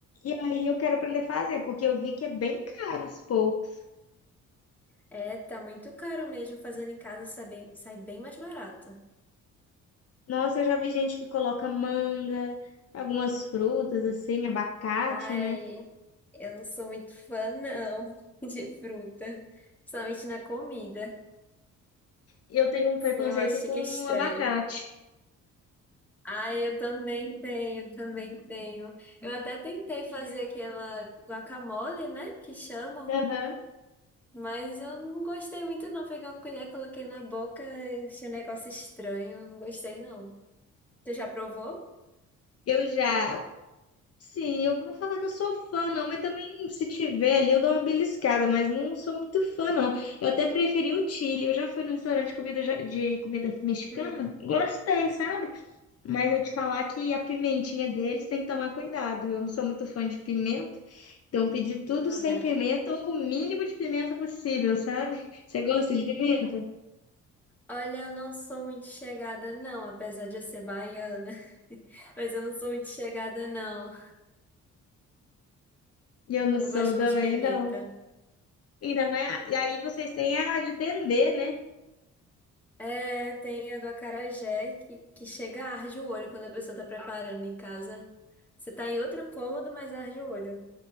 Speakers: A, on the left; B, in the centre.
A: E aí eu quero aprender a fazer, porque eu vi que é bem caro os poucos.
B: É, tá muito caro mesmo. Fazendo em casa sai bem, sai bem mais barato.
A: Nossa, eu já vi gente que coloca manga, algumas frutas assim, abacate,
B: Ai,
A: né?
B: eu não sou muito fã, não, <laughs> de fruta. Somente na comida.
A: Eu tenho um preconceito
B: Sim, eu acho
A: com
B: que é estranho.
A: abacate.
B: Ai, eu também tenho, também tenho. Eu até tentei fazer aquela guacamole, né? Que chamam.
A: Aham.
B: Mas eu não gostei muito, não. Peguei uma colher, coloquei na boca, achei um negócio estranho. Não gostei, não. Você já provou?
A: Eu já, sim, eu não vou falar que eu sou fã, não, mas também se tiver ali eu dou uma beliscada, mas não sou muito fã, não. Eu até preferi o Chile. Eu já fui num restaurante de comida, ja- de comida mexicana,
B: Hum,
A: gostei, sabe? Mas eu te falar que a pimentinha deles tem que tomar cuidado. Eu não sou muito fã de pimenta, então pedi tudo
B: aham.
A: sem pimenta ou o mínimo de pimenta possível, sabe? Você gosta de pimenta?
B: Olha, eu não sou muito chegada, não, apesar de eu ser baiana. <laughs> Mas eu não sou muito chegada, não.
A: Eu não
B: Eu
A: sou
B: não gosto
A: também,
B: muito de pimenta.
A: não. Ainda mais. E aí vocês têm a de dendê, né?
B: É, tem a do acarajé que, que chega a arde o olho quando a pessoa tá preparando em casa. Você tá em outro cômodo, mas arde o olho.